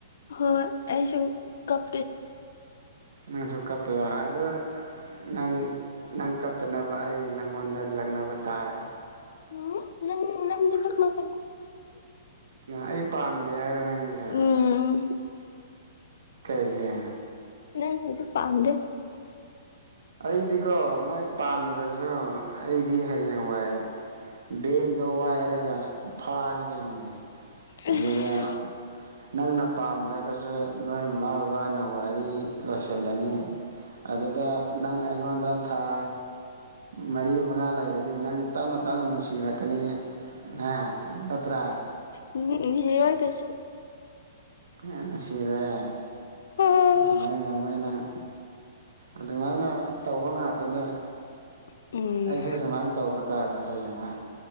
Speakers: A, on the left; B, on the right.
A: ꯍꯣꯏ ꯑꯁꯨ ꯀꯞ
B: ꯅꯪꯁꯨ ꯀꯞꯄꯤꯔ ꯑꯣ ꯅꯪ ꯅꯪ ꯀꯞꯇꯅꯕ ꯑꯩ ꯅꯪꯉꯣꯟꯗ ꯂꯛꯅꯕ ꯇꯥꯔꯦ
A: ꯎꯝ ꯅꯪ ꯅꯪꯗꯤ UNINTELLIGIBLE
B: ꯑꯩ ꯄꯥꯝꯗꯦ ꯍꯥꯏꯔꯣ ꯅꯪꯒꯤꯁꯦ
A: ꯎꯝ
B: ꯀꯩꯒꯤꯦ
A: ꯅꯪꯗꯤ ꯄꯥꯝꯗꯦ
B: ꯑꯩꯗꯤꯀꯣ ꯅꯣꯏ ꯄꯥꯝꯗ꯭ꯔꯁꯨ ꯑꯩꯗꯤ ꯍꯌꯦꯡ ꯋꯥꯏ ꯚꯦꯟꯗꯣ ꯋꯥꯏꯔꯒ ꯐꯥꯒꯗꯣꯏꯅꯦ
A: ꯑꯁ
B: ꯑꯗꯨꯗ ꯅꯪꯅ ꯄꯥꯝꯗ꯭ꯔꯒꯁꯨ ꯅꯣꯏ ꯃꯃꯥ ꯕꯕꯥꯅ ꯋꯥꯔꯤ ꯂꯣꯏꯁꯤꯜꯂꯅꯤ ꯑꯗꯨꯗ ꯅꯪ ꯑꯩꯉꯣꯟꯗ ꯊꯥ ꯃꯔꯤ ꯃꯉꯥ ꯂꯩꯔꯗꯤ ꯅꯪ ꯇꯞꯅ ꯇꯞꯅ ꯅꯨꯡꯁꯤꯔꯛꯀꯅꯤ ꯑ ꯅꯠꯇ꯭ꯔ
A: ꯎꯝ ꯅꯨꯡꯁꯤꯔꫭꯏ ꯀꯩꯁꯨ
B: ꯍ ꯅꯨꯡꯁꯤꯔꯣꯏ
A: ꯎꯝ
B: ꯉꯝꯃꯣꯏ ꯉꯝꯃꯣꯏ ꯅꯪ ꯑꯗꯨꯃꯥꯏꯅ ꯇꯧꯕ ꯉꯥꯛꯇꯅꯦ
A: ꯍꯣꯏ
B: ꯑꯩꯁꯨ ꯁꯨꯃꯥꯏꯅ ꯇꯧꯕ ꯇꯥꯔꯦ ꯍꯌꯦꯡꯋꯥꯏ